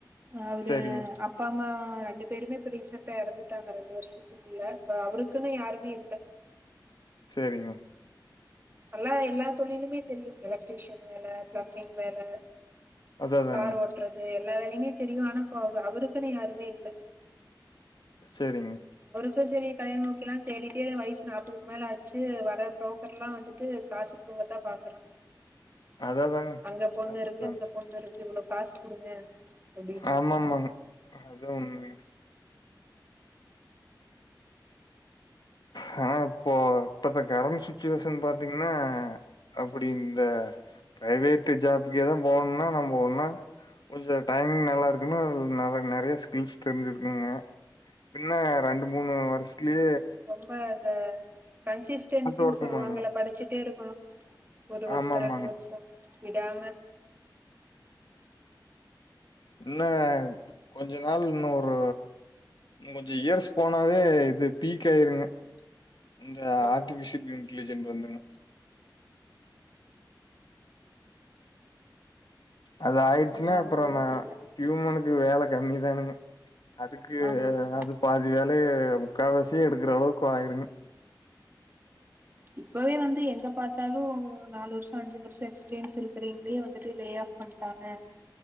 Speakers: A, on the right; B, on the left.
A: அவ்ரு
B: சரிங்க,
A: அப்பாம்மா அ ரெண்டு பேருமே இப்ப ரீசெண்டா எறந்துட்டாங்க ரெண்டு வருஷத்துக்குள்ள இப்ப அவருக்குன்னு யாருமே இல்ல
B: சேரிங்கொ
A: நல்லா எல்லா தொழிலுமே தெரியு எலக்ட்ரிஷியன் வேல பிளம்பிங் வேல
B: அதா அதாங்க.
A: கார் ஓட்றது எல் எல்லா வேலையுமே தெரியு ஆனா இப்ப அவ்ருக்குன்னு யாருமே இல்ல
B: செரிங்க
A: ப்ப சேரி கல்யாண முக்கிலான்னு தேடிட்டே வயசு நாப்பதுக்கு மேல ஆச்சு வர புரோக்கர்லா வந்துட்டு காசு புடு ப்பத்தா பாக்குறா
B: அதா அதாங்க.
A: அங்க
B: எல்லாம்
A: பொண்ணுருக்கு
B: அப்படிதாங்க.
A: இங்க பொண்ணுருக்கு இவ்ளோ காஸ் குடுங்க அப்டின்னு
B: ஆமாமாங் அதா உண்மங்க ஹா இப்போ இப்பத்த கரண்ட் சுச்சுவேஷன் பாத்தீங்கன்னா அப்டி இந்த பிரைவேட்டு ஜாப்புக்கேதா போணுன்னா நம்போ ஒன்னா கொஞ்சோ டைம் நல்லாருக்கனு ந நெற நெறைய ஸ்கில்ஸ் தெரிஞ்சிருக்குங்க பின்ன ரெண்டு மூணு வர்சுக்லே
A: ப்ப இந்த கன்சிஸ்டன்சின்னு
B: ஒர்க்
A: சொல்லுவாங்கல
B: பண்ணுங்க.
A: படிச்சிட்டேருக்கணு ஒரு வருஷோ
B: ஆமாமாங்க.
A: ரெண்டு வருஷோ விடாம
B: இன்ன கொஞ்ச நாள் இன்னோரு கொஞ்ச இயர்ஸ் போனாவே இது பீக்காயிருங்க இந்த
A: ஆமா ஆமா
B: ஆர்ட்டிபிஷியல் இன்கிலிஜென்ட் வந்துங்க அது ஆயிருச்சுனா
A: என்ன ஆக
B: அப்பறோ
A: போதுன்னு
B: நா
A: தெர்ல
B: இவுங்களுக்கு வேல கம்மிதானுங்க அதுக்கு
A: ஆமா ஆமா
B: அது பாதி வேல் லே முக்காவாசி எடுக்குற அளவுக்கு ஆயிருங்
A: இப்பவே வந்து எங்க பாத்தாலு நாலு வருஷோ அஞ்சு வர்ஷோ எக்ஸ்ப்ரியன்ஸ் இருக்கற எங்களே வந்துட்டு லேஆஃப் பண்ட்டாங்க